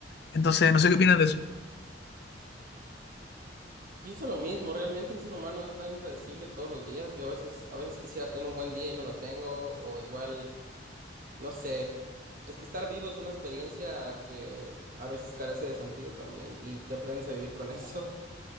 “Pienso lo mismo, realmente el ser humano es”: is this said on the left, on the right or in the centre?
Right